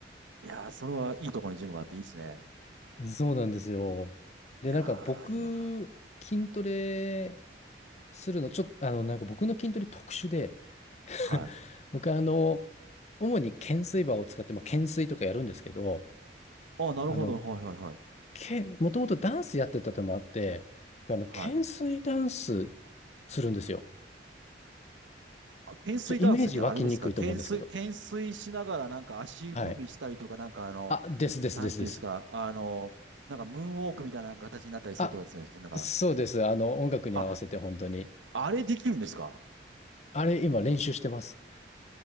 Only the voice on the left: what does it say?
そうなんですよ。で、
なんか僕、
筋トレするの、ちょっと、あの、なんか僕の筋トレ特殊で、<laughs>
僕、あの、主に懸垂バーを使って、まあ、懸垂とかやるんですけど、
あの、
け、もともとダンスやってたのもあって、僕、あの、懸垂ダンス
するんですよ。
ちょ、イメージ湧きにくいと思うんですけど。
はい。
あ、ですですですです。
あ、
そうです。あの、音楽に合わせて本当に。
あれ、今練習してます。